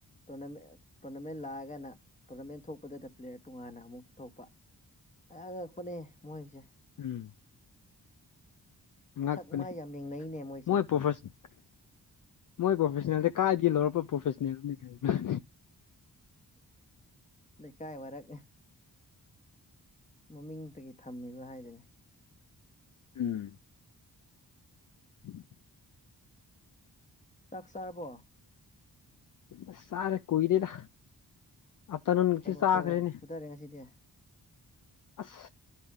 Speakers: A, on the left; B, on the left.
A: ꯇꯣꯔꯅꯥꯃꯦꯟ ꯇꯣꯔꯅꯥꯃꯦꯟ ꯂꯥꯛꯑꯒꯅ ꯇꯣꯔꯅꯥꯃꯦꯟ ꯊꯣꯛꯄꯗꯗ ꯄ꯭ꯂꯦꯌꯔ ꯇꯣꯉꯥꯟꯅ ꯑꯃꯨꯛ ꯊꯣꯛꯄ ꯑ ꯑꯉꯛꯄꯅꯦ ꯃꯣꯏꯁꯦ
B: ꯎꯝ꯫ ꯉꯛꯄꯅꯦ
A: ꯁꯛ ꯃꯥꯏ ꯌꯥꯝ ꯌꯦꯡꯅꯩꯅꯦ ꯃꯣꯏꯁꯦ
B: ꯃꯣꯏ ꯄ꯭ꯔꯣꯐꯦꯁ ꯃꯣꯏ ꯄ꯭ꯔꯣꯐꯦꯁ꯭ꯅꯜꯁꯦ ꯀꯥꯏꯗꯒꯤ ꯂꯧꯔꯛꯄ ꯄ꯭ꯔꯣꯐꯦꯁ꯭ꯅꯜꯗꯨꯅꯤ ꯀꯒꯤꯅꯣ
A: ꯂꯩꯀꯥꯏ ꯋꯥꯔꯛ ꯃꯃꯤꯡꯇꯒꯤ ꯊꯝꯃꯤꯕ ꯍꯥꯏꯗꯨꯅꯦ
B: ꯎꯝ꯫ <inaudible>
A: ꯆꯥꯛ ꯆꯥꯔꯕꯣ
B: ꯑꯁ ꯆꯥꯔꯦ ꯀꯨꯏꯔꯦꯗ ꯑꯥꯐ꯭ꯇꯔꯅꯨꯟꯒꯤꯁꯨ
A: ꯀꯩ ꯃꯊꯦꯜ
B: ꯆꯥꯈ꯭ꯔꯦꯅꯦ
A: ꯐꯨꯊꯔꯦ ꯉꯁꯤꯗꯤ
B: ꯑꯁ